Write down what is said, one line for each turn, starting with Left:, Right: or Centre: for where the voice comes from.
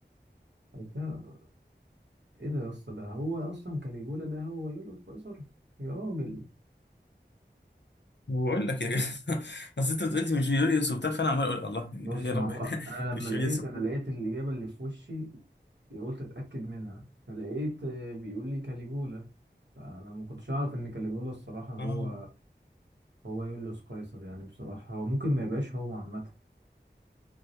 Right: ده- ايه ده يا اسطى ده هو اصلا كاليجولا ده هو يوليوس قيصر يا راجل
Left: بقول لك يا جدع <laughs> اصل انت قلت مش يوليوس وبتاع فانا عمال اقول الله
Right: بص
Left: يا
Right: ما
Left: رب
Right: هو
Left: احنا
Right: انا
Left: <laughs> مش
Right: لما لقيت
Left: يوليوس وكده.
Right: انا لقيت الاجابه اللي في وشي قلت اتاكد منها فلقيت آه، بيقول لي كاليجولا فانا ما كنتش اعرف ان كاليجولا الصراحه هو
Left: اه
Right: هو يوليوس قيصر يعني بصراحه هو ممكن ما يبقاش هو عامه